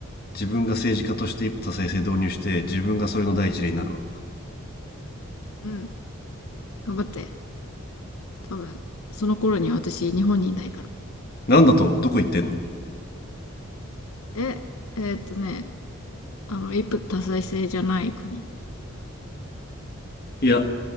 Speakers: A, on the left; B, on the left.
A: 自分が政治家として一夫多妻制導入して自分がそれの第一例になるわ
B: うん。頑張って。多分、その頃に私、日本にいないから。
A: なんだとどこ行ってんの
B: え、えーっとね、あの、一夫多妻制じゃない国。
A: いや